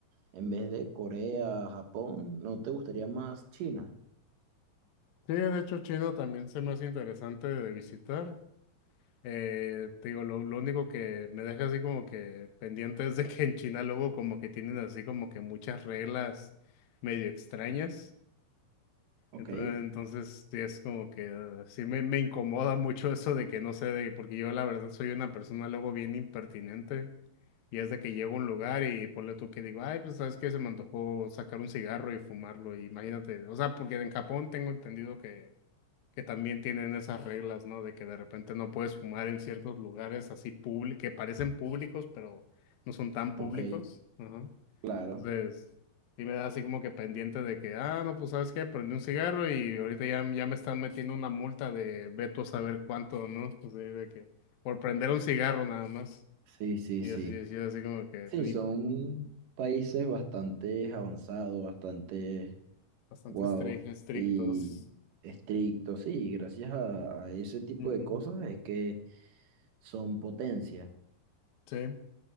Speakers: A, on the right; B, on the left.
A: en vez de Corea, Japón, ¿no te gustaría más China?
B: Sí, de hecho China también se me hace interesante de visitar. Eh, te digo, lo, lo único que me deja así como que pendiente es de que en China luego como que tienen así como que muchas reglas medio extrañas.
A: Ok,
B: Entonces, entonces sí es como que eh, sí me, me incomoda mucho eso de que no sé, de, porque yo la verdad soy una persona luego bien impertinente y es de que llego a un lugar y ponle tú que digo, ay, pues sabes que se me antojó sacar un cigarro y fumarlo, y imagínate, o sea, porque en Japón tengo entendido que, que también tienen esas reglas, ¿no? De que de repente no puedes fumar en ciertos lugares así públicos, que parecen públicos, pero no son tan públicos.
A: ok,
B: Ajá.
A: claro,
B: Entonces, sí me da así como que pendiente de que, ah, no, pues sabes qué, prendí un cigarro y ahorita ya, ya me están metiendo una multa de ve tú a saber cuánto, ¿no? Pues sí, de que por prender un cigarro nada más.
A: sí, sí,
B: Y
A: sí.
B: así, así, así como que
A: Sí,
B: pues,
A: son
B: y
A: países bastante avanzados, bastante
B: bastante
A: guau
B: estric- estrictos.
A: y estrictos. Sí, gracias a, a ese tipo
B: Ujú,
A: de cosas es que son potencia,
B: Sí.